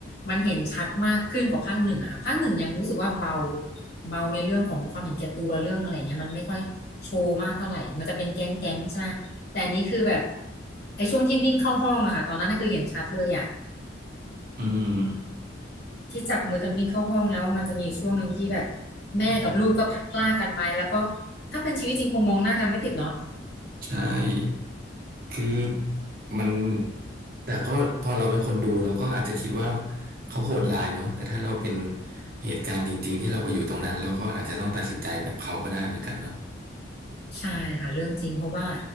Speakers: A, on the left; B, on the right.
A: มันเห็นชัดมากขึ้นกว่าภาคหนึ่งอะค่ะภาคหนึ่งยังรู้สึกว่าเบาเบาในเรื่องของความเห็นแก่ตัวเรื่องอะไรเงี้ยมันไม่ค่อยโชว์มากเท่าไหร่มันจะเป็นแก๊งแก๊งใช่ไหมแต่อันนี้คือแบบไอ้ช่วงที่วิ่งเข้าห้องอะค่ะตอนนั้นน่ะคือเห็นชัดเลยอะ
B: อืม
A: ที่จับมือกันวิ่งเข้าห้องแล้วมันจะมีอยู่ช่วงหนึ่งที่แบบแม่กับลูกก็พลัดพรากกันไปแล้วก็ถ้าเป็นชีวิตจริงคงมองหน้ากันไม่ติดเนาะ
B: ใช่ คือมันแต่ก็พอเราเป็นคนดูเราก็อาจจะคิดว่าเขาโหดร้ายเนาะแต่ถ้าเราเป็นเหตุการณ์จริงๆที่เราไปอยู่ตรงนั้นเราก็อาจจะต้องตัดสินใจแบบเขาก็ได้เหมือนกันเนาะ
A: ใช่ค่ะเรื่องจริงเพราะว่า